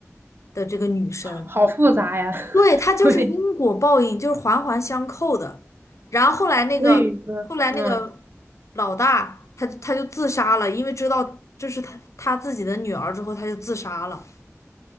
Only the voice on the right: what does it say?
好复杂呀，
<laughs>
会得，
所以说，嗯